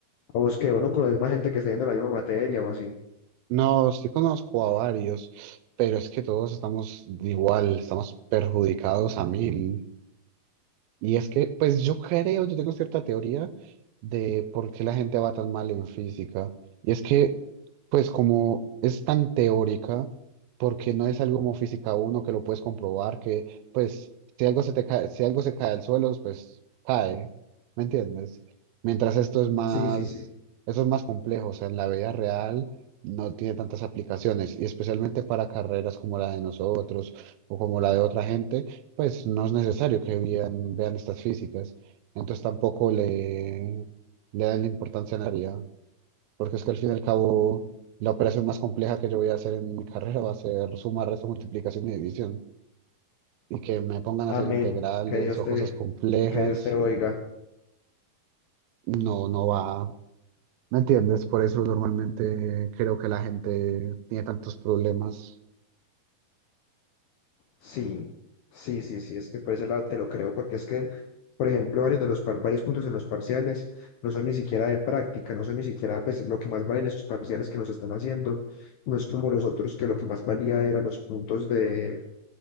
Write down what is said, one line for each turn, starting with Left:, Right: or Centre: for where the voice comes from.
Left: O es que uno con la misma gente que está yendo la misma materia o así.
Right: No, sí conozco a varios, pero es que todos estamos igual, estamos perjudicados a mil. Y es que, pues yo creo, yo tengo cierta teoría de por qué la gente va tan mal en física. Y es que, pues como es tan teórica, porque no es algo como física uno que lo puedes comprobar, que pues si algo se te cae, si algo se cae al suelo, pues cae, ¿me entiendes? Mientras esto es más,
Left: Sí, sí, sí.
Right: eso es más complejo, o sea, en la vida real no tiene tantas aplicaciones, y especialmente para carreras como la de nosotros o como la de otra gente pues no es necesario que vean, vean estas físicas, entonces tampoco le, le dan la importancia necesaria, porque es que al fin y al cabo la operación más compleja que yo voy a hacer en mi carrera va a ser suma, resta, multiplicación y división, y que me pongan
Left: Amén.
Right: a hacer integrales
Left: Que Dios
Right: o
Left: te,
Right: cosas complejas,
Left: que Dios te oiga.
Right: no, no va, ¿me entiendes? Por eso normalmente creo que la gente tiene tantos problemas.
Left: Sí, sí, sí, sí. Es que por ese lado te lo creo, porque es que, por ejemplo, varios de los par- varios puntos en los parciales no son ni siquiera de práctica, no son ni siquiera pues lo que más valen esos parciales que nos están haciendo. No es como los otros que lo que más valía eran los puntos de